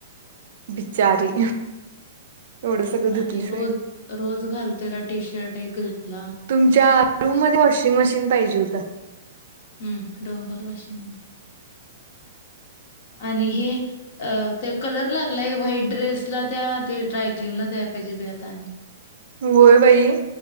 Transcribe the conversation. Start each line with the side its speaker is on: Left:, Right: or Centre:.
Right: बिचारी. एवढं सगळं धुतलीस
Left: आणि रोज
Right: व्हय
Left: रोज घालतेला टी शर्ट एक धुतला
Right: तुमच्या रूम मध्ये वॉशिंग मशीन पाहिजे होतं.
Left: हम्म डंबल वाशीि आणि हे अ ते कलर लागलाय व्हाईट ड्रेसला त्या ते ट्रायक्लीनला द्याला पाहिजे ब आता आणि
Right: होय बाई